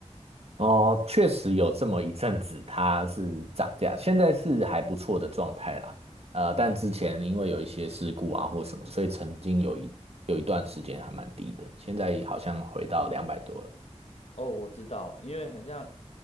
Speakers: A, on the right; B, on the left.
A: 哦，确实有这么一阵子，它是涨价，现在是还不错的状态啦。呃，但之前因为有一些事故啊或什么，所以曾经有一有一段时间还蛮低的，现在好像回到两百多了。
B: 哦，我知道，因为很像